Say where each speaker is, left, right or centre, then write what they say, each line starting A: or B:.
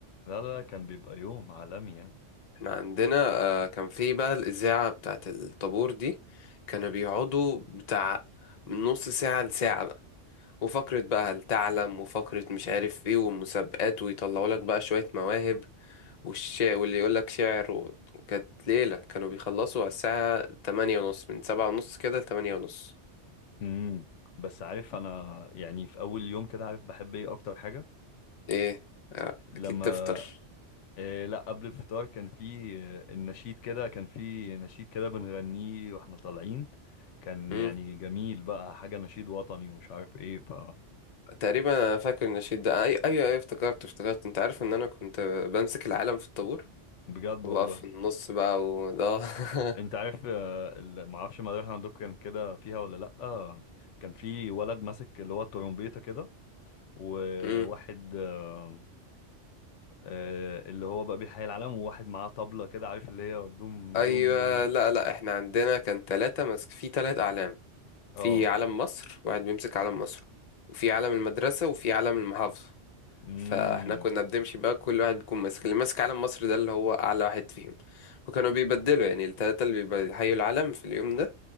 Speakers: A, on the left; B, on the left.
A: لا لا لا، كان بيبقى يوم عالمي يعني
B: احنا عندنا آه، كان في بقى الإذاعة بتاعت الطابور دي كانوا بيقعدوا بتاع من نص ساعة لساعة بقى وفقرة بقى هل تعلم وفقرة مش عارف ايه ومسابقات ويطلعوا لك بقى شوية مواهب والشعر واللي يقول لك شعر و... كانت ليلة كانوا بيخلصوا على الساعة تمانية ونص من سبعة ونص كده لتمانية ونص
A: امم بس عارف انا يعني في اول يوم كده عارف بحب ايه اكتر حاجه
B: ايه آه،
A: لما
B: أكيد تفطر
A: إيه لا قبل الفطار كان في آه، النشيد كده كان في نشيد كده بنغنيه واحنا طالعين كان
B: مم.
A: يعني جميل بقى حاجه نشيد وطني ومش عارف ايه ف
B: تقريبا أنا فاكر النشيد ده أي- أيوة أيوة افتكرت افتكرت أنت عارف إن أنا كنت بمسك العالم في الطابور
A: بجد
B: وبقى
A: والله
B: في النص بقى وده <laughs>
A: انت عارف آه، ال- معرفش المدرسه عندكم كان كده فيها ولا لا آه، كان في ولد ماسك اللي هو الترومبيته كده وواحد
B: مم.
A: آه، آه، اللي هو بقى بيحيي العالم وواحد معاه طبلة كده عارف اللي هي دوم
B: ايوه
A: دوم دوم دي
B: لا لا احنا عندنا كان ثلاثة ماسك في ثلاث اعلام
A: اه
B: في علم مصر واحد بيمسك علم مصر وفي علم المدرسة وفي علم المحافظة
A: امم
B: فاحنا كنا بنمشي بقى كل واحد بيكون ماسك اللي ماسك علم مصر ده اللي هو اعلى واحد فيهم وكانوا بيبدلوا يعني الثلاثة اللي بيحيوا العلم في اليوم ده